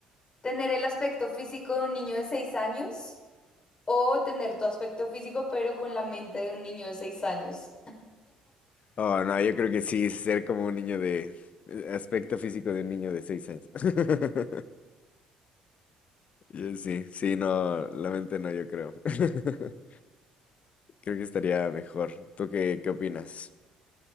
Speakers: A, on the left (about 30°); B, on the left (about 50°).
A: ¿tener el aspecto físico de un niño de seis años o tener tu aspecto físico pero con la mente de un niño de seis años?
B: Oh, no, yo creo que sí, ser como un niño de... Aspecto físico de un niño de seis años. <laughs> Yo sí, sí, no, la mente no, yo creo. <laughs> Creo que estaría mejor. ¿Tú qué, qué opinas?